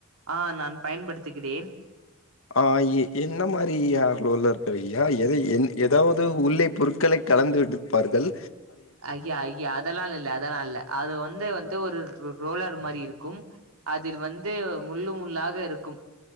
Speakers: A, on the right; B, on the left.
A: ஆ நான் பயன்படுத்துகிறேன்
B: ஆ எ என்ன மாரியா ரோலர்கள் ஐயா? எதை என் ஏதாவது உள்ளே பொருட்களை கலந்து விடுப்பார்கள்
A: ஐயா ஐயா அதெல்லா இல்ல அதெல்லா இல்ல அது வந்து வந்து ஒரு ரோலர் மாரி இருக்கு இருக்கும் அதில் வந்து முள்ளு முள்ளாக இருக்கும்